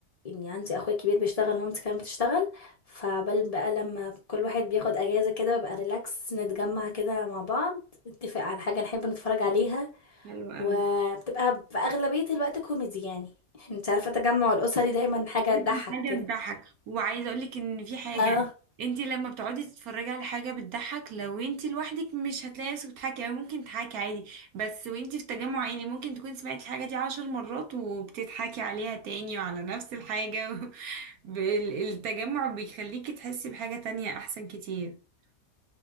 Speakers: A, on the left; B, on the right.
A: يعني عندي اخويا كبير بيشتغل ومامتي كمان بتشتغل فبل بقى لما كل واحد بياخد اجازه كده ببقى ريلاكس نتجمع كده مع بعض نتفق على حاجه نحب نتفرج عليها
B: حلو قوي
A: وبتبقى في اغلبيه الوقت كوميدي يعني <laughs> انت عارفه التجمع الاسري دايما حاجه
B: لازم
A: تضحك
B: حاجة
A: كده
B: تضحك وعايزة اقولك ان في حاجة
A: اه
B: انت لما بتقعدي تتفرجي على حاجة بتضحك لو انت لوحدك مش هتلاقي نفسك بتضحكي او ممكن تضحكي عادي بس وانت في تجمع عائلي ممكن تكوني سمعتي الحاجة دي عشر مرات وبتضحكي عليها تاني وعلى نفس الحاجة و... <laughs> بال- التجمع بيخليكي تحسي بحاجة تانية احسن كتير